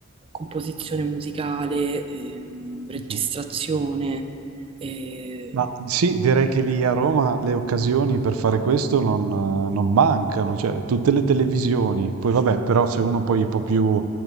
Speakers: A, on the right; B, on the right.
A: composizione musicale, ehm, registrazione.
B: mhm.
A: E
B: Ma sì, direi che lì a Roma le occasioni per fare questo non, eh, non mancano, cioè tutte le televisioni. Poi vabbè, però se uno poi è un po' più